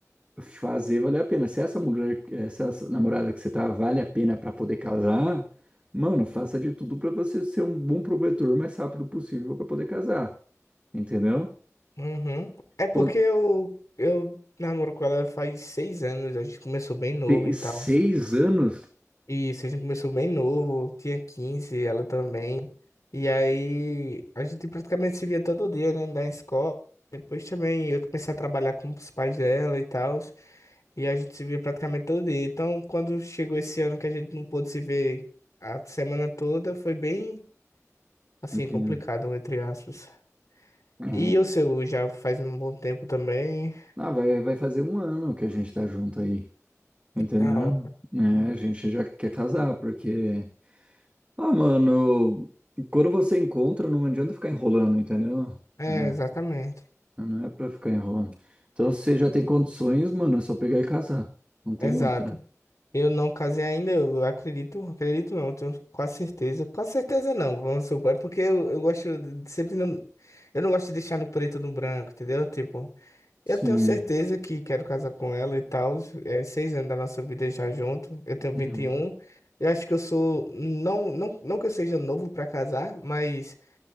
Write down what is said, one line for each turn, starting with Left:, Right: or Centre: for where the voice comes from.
Right: fazer valer a pena. Se essa mulher, essa namorada que você tá, vale a pena para poder casar, mano, faça de tudo para você ser um bom provedor o mais rápido possível para poder casar, entendeu?
Left: Uhum. É porque
Right: Quando
Left: eu, eu namoro com ela faz seis anos, a gente começou bem novo
Right: ter
Left: e tal.
Right: seis anos.
Left: Isso, a gente começou bem novo, tinha 15 ela também. E aí a gente praticamente se via todo dia, né, da escola. Depois também eu comecei a trabalhar com os pais dela e tal. E a gente se via praticamente todo dia. Então, quando chegou esse ano que a gente não pôde se ver a semana toda, foi bem, assim,
Right: Entendi.
Left: complicado, entre aspas.
Right: É.
Left: E o seu já faz um bom tempo também.
Right: Ah, vai, vai fazer um ano que a gente tá junto aí, entendeu?
Left: Tá, ó.
Right: É, a gente já quer casar, porque. Ah, mano, quando você encontra, não adianta ficar enrolando, entendeu?
Left: É,
Right: Né?
Left: exatamente.
Right: Não é pra ficar enrolando. Então, se você já tem condições, mano, é só pegar e casar. Não tem
Left: Exato.
Right: outra.
Left: Eu não casei ainda, eu acredito, acredito não, tenho quase certeza. Quase certeza não, vamos supor. É porque eu, eu gosto de sempre não. Eu não gosto de deixar no preto ou no branco, entendeu? Tipo, eu
Right: Sim.
Left: tenho certeza que quero casar com ela e tal. É seis anos da nossa vida já junto. Eu tenho
Right: Uhum.
Left: vinte e um. Eu acho que eu sou. Não, não, não que eu seja novo pra casar, mas